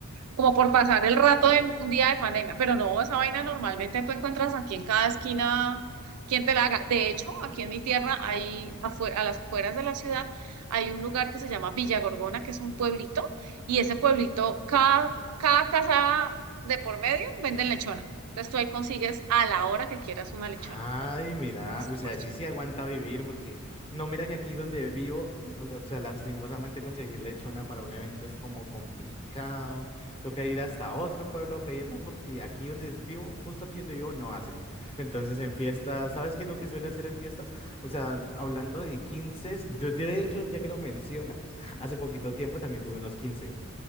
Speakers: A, on the right; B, on the left.
A: como por pasar el rato de un día de pandemia. Pero no, esa vaina normalmente tú encuentras aquí en cada esquina quien te la haga. De hecho, aquí en mi tierra, hay afuera, a las afueras de la ciudad, hay un lugar que se llama Villa Gorgona, que es un pueblito, y ese pueblito, cada, cada casa de por medio venden lechona. Entonces tú ahí consigues a la hora que quieras una lechona.
B: Ay, mira,
A: Es súper
B: o sea, sí
A: chévere.
B: se aguanta vivir porque no, mira que aquí donde vivo, o sea, lastimosamente conseguir lechona para un evento es como complicado. Toca ir hasta otro pueblo a pedirla porque aquí donde vivo, justo aquí donde vivo, no hacen. Entonces en fiestas, ¿sabes qué es lo que suele hacer en fiestas? O sea, hablando de 15, yo de hecho, ya que lo mencionas, <laughs> hace poquito tiempo también tuve unos 15,